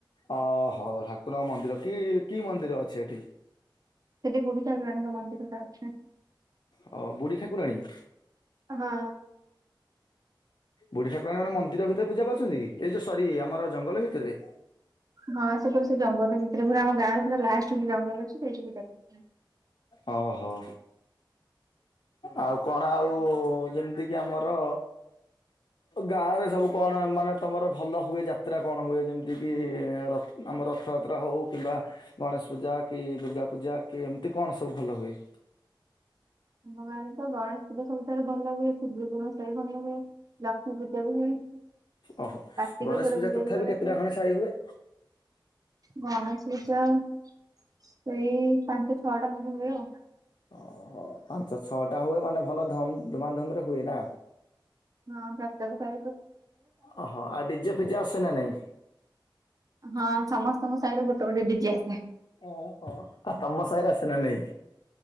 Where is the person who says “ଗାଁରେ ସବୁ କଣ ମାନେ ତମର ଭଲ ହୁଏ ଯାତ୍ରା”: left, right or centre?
Left